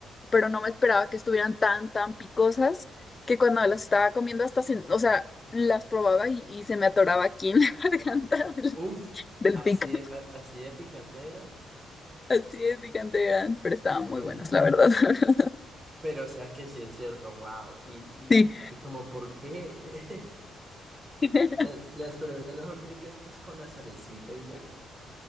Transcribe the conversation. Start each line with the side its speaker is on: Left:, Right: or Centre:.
Left: pero no me esperaba que estuvieran tan, tan picosas, que cuando las estaba comiendo hasta, se- o sea, las probaba y, y se me atoraba aquí en la <laughs> garganta del,
Right: Uf,
Left: del
Right: así
Left: pico.
Right: de- a- así de picante era.
Left: Así es, gigante eran, pero estaban
Right: Uy,
Left: muy buenas,
Right: no.
Left: la verdad. <laughs>
Right: Pero o sea que sí es cierto, wow. Y, y,
Left: Sí,
Right: y como por qué
Left: <laughs>
Right: <laughs> las, las palomitas no son ricas pues con la salecita y ya.